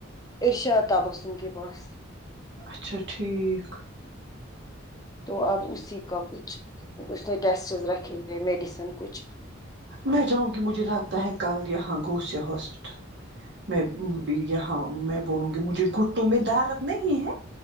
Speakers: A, on the left (about 20°); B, on the right (about 55°).
A: ارشاد تبسم کے پاس
B: اچھا ٹھیک
A: تو اب اسی کا کچھ اس نے ٹیسٹ رکھے ہوئے میڈیسن کچھ
B: میں چاہوں گی مجھے لگتا ہے کل یہاں گھوشیا ہاسپیٹل میں بھی یہاں میں بولوں گی مجھے گھٹوں میں دارد نہیں ہے